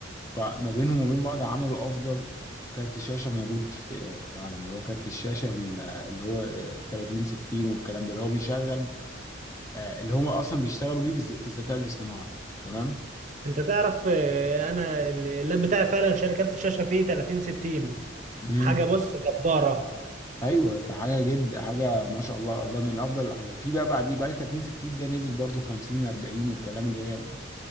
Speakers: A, on the left; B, on the right.
A: فما بينهم وبين بعض عملوا افضل كارت شاشه موجود في في العالم اللي هو كارت الشاشه ال- اللي هو آه، 30 60 والكلام ده اللي هو بيشغل آه، اللي هم اصلا بيشتغلوا بيه بالز- في الذكاء الاصطناعي تمام
B: انت تعرف آه، انا اللاب بتاعي فعلا شاري كارت الشاشه فيه 30 60
A: امم
B: حاجه بص جباره
A: ايوه ده حاجه جد حاجه ما شاء الله ده من افضل الحاجات في بقى بعديه بعد 30 60 ده نزل برضو 50 40 والكلام اللي هي ال-